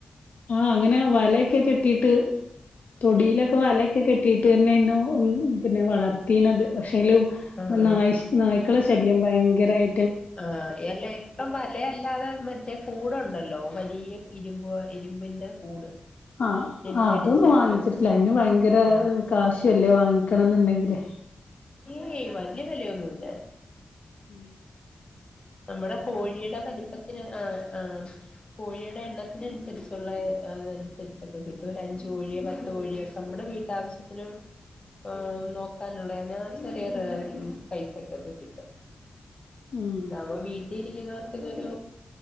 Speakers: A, on the left; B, on the left.
A: ആഹ് അങ്ങനെ വലയൊക്കെ കെട്ടീട്ട് തൊടിയിലൊക്കെ വലയൊക്കെ കെട്ടീട്ട് തന്നെ നോ ഊ പിന്നെ വളർത്തീന്നത് പക്ഷേല്
B: ആഹ്
A: നായി
B: ആഹ്
A: ഷ് നായ്ക്കളെ ശല്യം ഭയങ്കരായ്
B: ആഹ് എല്ലേ ഇപ്പം വലയല്ലാതെ മറ്റേ കൂടുണ്ട് ലോ വലിയ ഇരുമ്പൊ ഇരുമ്പിന്റെ കൂട്
A: ആഹ്
B: നെറ്റടിച്ച്
A: ആ അതൊന്നും വാങ്ങിച്ചിട്ടില്ല
B: ആഹ്
A: അതിന് ഭയങ്കര
B: ആഹ്
A: കാശു അല്ലേ വാങ്ങിക്കണം ന്ന്ണ്ടെങ്കിൽ തെ
B: ഏയ് വല്യ വെലയൊന്നൂല്ല
A: ആ
B: നമ്മുടെ കോഴിടെ വലിപ്പത്തിന ആഹ് ആഹ് കോഴിടെ എ എണ്ണത്തിനനുസരിച്ചുള്ള ഏ അതനുസരിച്ചൊക്കെ കിട്ടും ഒരഞ്ച് കോഴിയോ പത്ത് കോഴിയെ ഒക്കെ നമ്മുടെ വീട്ടാവശ്യത്തിന് ആഹ് നോക്കാനുള്ളയാ ഞാൻ ചെറിയൊരളവിൽ പൈസക്കെ കിട്ടീട്ടുണ്ട്.
A: ഉം
B: നവവീതി ചെയ്യുന്നവർക്ക് ഇതൊരു